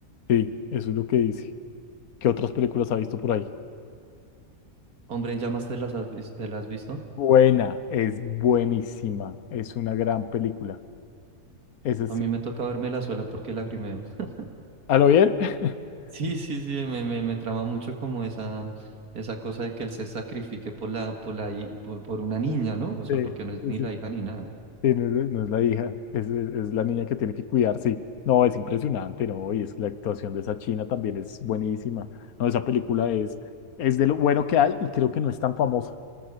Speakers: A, on the left; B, on the right.
A: Sí, eso es lo que dice. ¿Qué otras películas ha visto por ahí?
B: Hombre en llamas, ¿te las has vis- te las has visto?
A: Buena, es buenísima. Es una gran película. Ese
B: A
A: sí.
B: mí me toca verme la suela porque lagrimeo. <laughs>
A: ¿A lo bien? <laughs>
B: Sí, sí, sí, me, me, me trama mucho como esa, esa cosa de que él se sacrifique por la, por la, hi- por, por una niña, ¿no? O sea,
A: Sí,
B: porque no es
A: sí,
B: ni la
A: sí,
B: hija ni nada.
A: Sí, no es, no es la hija, es, es- es la niña que tiene que cuidar, sí. No, es impresionante, ¿no? Y es que la actuación de esa china también es buenísima. No, esa película es, es de lo bueno que hay y creo que no es tan famosa,